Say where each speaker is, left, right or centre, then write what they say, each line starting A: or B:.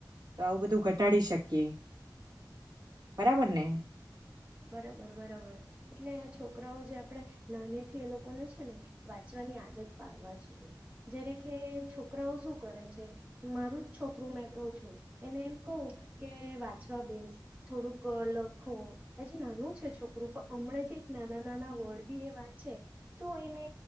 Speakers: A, on the right; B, on the right.
A: તો આવું બધું ઘટાડી શકીએ, બરાબર ને?
B: બરાબર બરાબર એટલે છોકરાઓ જે આપણે નાનીથી એ લોકોને છે ને વાંચવાની આદત પાડવા જોઈએ, જ્યારે કે છોકરાઓ શું કરે છે મારું જ છોકરું મેં કહું છું એને એમ કહું કે વાંચવા બેસ, થોડુંક લખો. હજી નાનું છે છોકરું પણ હમણાં જે એક નાનાં-નાનાં વર્ડ બી એ વાંચે તો એને